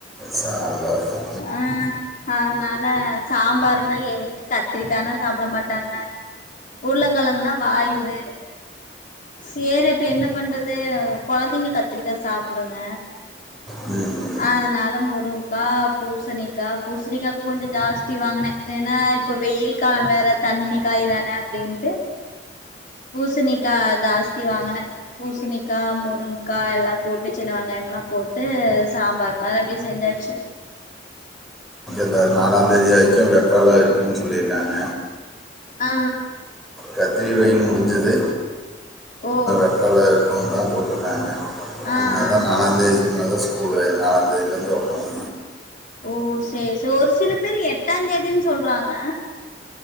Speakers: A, in the centre; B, on the left.
A: சாம்பாருதா
B: ஆ அத்னால சாம்பாருன்னா எங்க கத்திரிக்கானா சாப்ட மாட்டாங்க உருளக்கெழங்குன்னா வாய்வு சேற இப்ப என்ன பண்றது கொழந்தைங்க கத்திரிக்காய் சாப்புடுங்க
A: உம்
B: அத்னால முருங்கா பூசணிக்கா பூசணிக்கா கொஞ்சோ ஜாஸ்தி வாங்குனே ஏன்னா இப்ப வெயில் காலம் வேற தண்ணி காய் தான அப்டின்ட்டு பூசணிக்கா ஜாஸ்தி வாங்குனே பூசணிக்கா முருங்கா எல்லா போட்டு சின்ன வெங்காயம் எல்லா போட்டு சாம்பார் மேல அப்டியே செஞ்சாச்சு
A: இதில நாலாந்தேதி ஆய்ச்சுனா வெப்போல்லா இருக்குனு சொல்லிருக்காங்க
B: ஆ
A: கத்திரி வெயில் முடுஞ்சது
B: ஓ
A: அப்பால இருக்கு அதான் போட்டுருக்காங்க அத்னால
B: ஆ
A: நாலாந்தேதிக்கு
B: ஆ
A: மேல ஸ்கூலு நாலாந்தேதிலேருந்து ஒப்னாவும்
B: ஓ செரி செர் ஒரு சில பேரு எட்டாம் தேதின்னு சொல்றாங்க